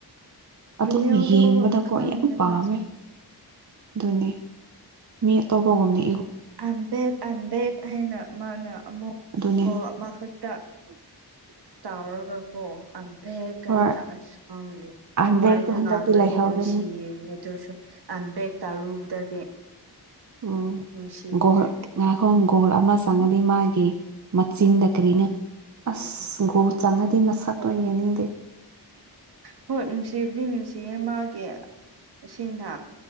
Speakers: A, on the right; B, on the right.
A: ꯑꯗꯨꯝ
B: ꯅꯦꯜꯗ
A: ꯌꯦꯡꯕꯗꯀꯣ
B: ꯈ
A: ꯌꯥꯝ ꯄꯥꯝꯃꯦ
B: ꯃꯥꯁꯦ
A: ꯑꯗꯨꯅꯦ ꯃꯤ ꯑꯇꯣꯞꯄꯒꯨꯝꯅꯤ
B: I am back I am back ꯍꯥꯏꯅ ꯃꯅ ꯑꯃꯨꯛ
A: ꯑꯗꯨꯅꯦ
B: ꯒꯣꯜ ꯑꯃ ꯈꯥꯛ ꯇ ꯇꯥꯎꯔꯒꯀꯣ ꯐꯦ ꯀꯥꯏꯅ
A: ꯍꯣꯏ
B: ꯑꯁ ꯉꯥꯡꯗꯦ ꯁꯨꯃꯥꯏꯅ
A: ꯑꯝꯕꯦꯛꯇꯣ ꯍꯟꯗꯛꯇꯤ
B: ꯉꯥꯡꯂ꯭ꯔꯗꯤ
A: ꯂꯩꯍꯧꯔꯅꯤ
B: ꯅꯨꯡꯁꯤꯌꯦ ꯑꯗꯨꯁꯨ ꯑꯝꯕꯦꯛ ꯇꯥꯔꯨꯕꯗꯒꯤ
A: ꯎꯝ
B: ꯅꯨꯡꯁꯤꯗ꯭ꯔꯦ
A: ꯒꯣꯜ ꯉꯥꯏꯈꯣ ꯒꯣꯜ ꯑꯃ ꯆꯪꯉꯗꯤ ꯃꯥꯒꯤ ꯃꯆꯤꯟꯗ ꯀꯔꯤꯅ ꯑꯁ ꯒꯣ ꯆꯪꯉꯗꯤ ꯃꯁꯥꯠꯇꯣ ꯌꯦꯡꯅꯤꯡꯗꯦ
B: ꯍꯣꯏ ꯅꯨꯡꯁꯤꯕꯗꯤ ꯅꯨꯡꯁꯤ ꯃꯥꯒꯤ ꯑꯁꯤꯅ